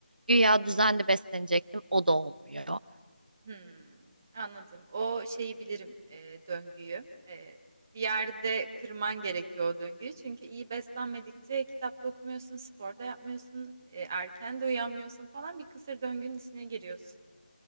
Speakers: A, on the right; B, on the right.
A: Güya düzenli beslenecektim o da olmuyor.
B: Hımm. Anladım. O şeyi bilirim, eee, döngüyü. Eee, bir yerde kırman gerekiyor o döngüyü. Çünkü iyi beslenmedikçe kitap da okumuyorsun, spor da yapmıyorsun, eee, erken de uyanmıyorsun falan. Bir kısır döngünün içine giriyorsun.